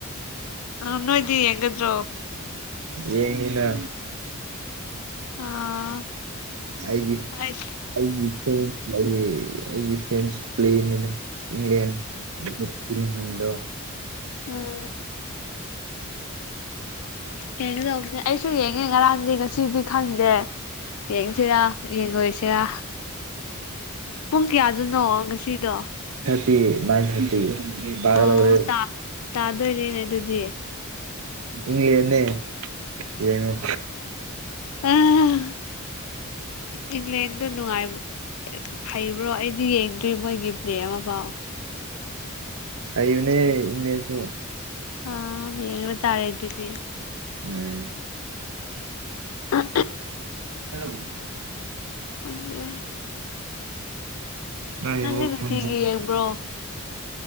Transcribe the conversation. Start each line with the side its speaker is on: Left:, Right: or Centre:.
Left: ꯑꯅꯣꯏꯗꯤ ꯌꯦꯡꯒꯗꯔꯣ
Right: ꯌꯦꯡꯅꯤꯅ
Left: ꯑꯥ
Right: ꯑꯩꯒꯤ
Left: ꯑꯩ
Right: ꯑꯩꯒꯤ ꯐꯦꯟ ꯑꯩꯒꯤ ꯐꯦꯟꯁ ꯄ꯭ꯂꯦꯅꯤꯅ ꯏꯪꯂꯦꯟꯗ ꯏꯪꯂꯦꯟꯗꯣ
Left: ꯎꯝ ꯌꯦꯡꯒꯗꯧꯕꯅꯦ ꯑꯩꯁꯨ ꯌꯦꯡꯉꯦ ꯉꯔꯥꯡꯗꯤ ꯉꯁꯤꯗꯤ ꯈꯪꯗꯦ ꯌꯦꯡꯁꯤꯔꯥ ꯌꯦꯡꯉꯣꯏꯁꯤꯔꯥ ꯄꯨꯡ ꯀꯌꯥꯗꯅꯣ ꯉꯁꯤꯗꯣ
Right: ꯐꯤ ꯅꯥꯏꯟ ꯊꯥꯔꯇꯤ ꯇꯥꯒꯗꯧꯔꯦ
Left: ꯑꯣ ꯇꯥꯗꯣꯏꯔꯦꯅꯦ ꯑꯗꯨꯗꯤ
Right: ꯑ ꯏꯪꯂꯦꯟꯅ ꯌꯦꯉꯣ
Left: ꯑ ꯏꯪꯂꯪꯂꯦꯟꯗ ꯅꯨꯡꯉꯥꯏ ꯐꯩꯕ꯭ꯔꯣ ꯑꯩꯗꯤ ꯌꯦꯡꯗ꯭ꯔꯤ ꯃꯣꯏꯒꯤ ꯄ꯭ꯂꯦ ꯑꯃꯐꯥꯎ
Right: ꯑꯅꯦ ꯃꯁꯨ
Left: ꯑ ꯌꯦꯡꯕ ꯇꯥꯔꯦ ꯑꯗꯨꯗꯤ
Right: ꯎꯝ
Left: ꯑ
Right: ꯍꯂ
Left: ꯑꯗꯨꯗ꯭ꯔꯦ
Right: ꯅꯪꯒꯤ
Left: ꯅꯪꯦ
Right: ꯋꯥꯈꯜꯁꯦ
Left: ꯅꯤꯡꯇꯤꯒ ꯌꯦꯡꯕ꯭ꯔꯣ